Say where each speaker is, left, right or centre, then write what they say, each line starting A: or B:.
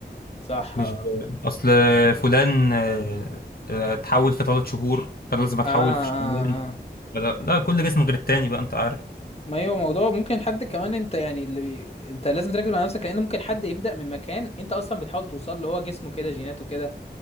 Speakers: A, on the left; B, on the left.
A: صح
B: مش
A: اه
B: ب...
A: اه
B: اصل فلان آه، آه، اتحول في ثلاث شهور فانا لازم اتحول
A: اه آه.
B: في شهرين فلا- لا كل جسم غير التاني بقى انت عارف
A: ما هو موضوع ممكن حد كمان انت يعني اللي بي... انت لازم تركز مع نفسك لان ممكن حد يبدا من مكان انت اصلا بتحاول توصل له هو جسمه كده جيناته كده